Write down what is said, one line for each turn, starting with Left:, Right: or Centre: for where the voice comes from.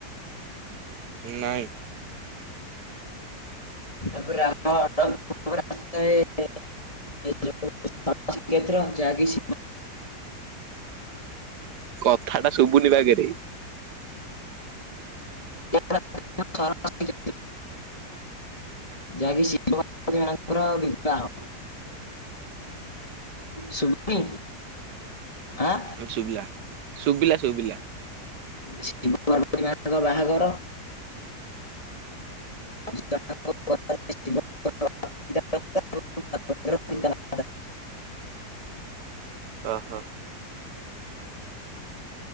Right: ନାଇଁ।
Left: ତାପରେ ଆମ <unintelligible> <unintelligible> କେତେ ଟଙ୍କା ଯାହା କିିଛି।
Right: କଥାଟା ଶୁଭୁନି ବାଗରେ।
Left: <unintelligible> ଯାହାକି ଶିବ ପାର୍ବତୀ ମାନଙ୍କର ବିବାହ। ଶୁଭନି ଆଁ
Right: ଏବେ ଶୁଭିଲା ଶୁଭିଲା ଶୁଭିଲା।
Left: ଶିବ ପାର୍ବତୀ ମା'ଙ୍କର ବାହାଘର। <unintelligible> ଶିବ ପିତାମାତା ଏବଂ <unintelligible>
Right: ଓହୋ।